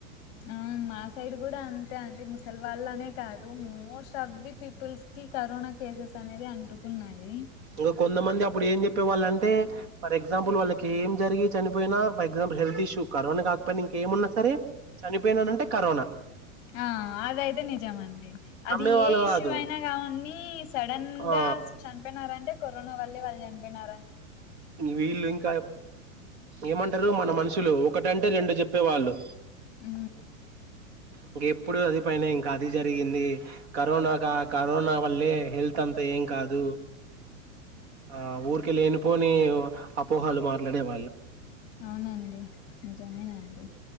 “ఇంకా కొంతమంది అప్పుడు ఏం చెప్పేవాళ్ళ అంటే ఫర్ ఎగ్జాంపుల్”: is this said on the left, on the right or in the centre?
Right